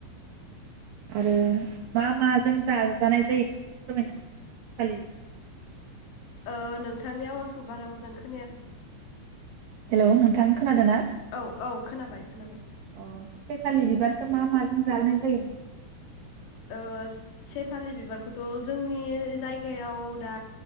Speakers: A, on the right; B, on the left.
A: आरो मा माजों जाजानाय जायो नोंथाङा फोरमायनो हागोन नामा सेफालि बिबारखौ
B: ओ नोंथांनि आवाजखौ बारा मोजां खोनायाखै
A: हेलौ नोंथां खोनादों ना
B: औ औ खोनाबाय खोनाबाय
A: अ सेफालि बिबारखौ मा माजों जानाय जायो नोंथां
B: ओ से से फालि बिबारखौथ' जोंनि जायगायाव दा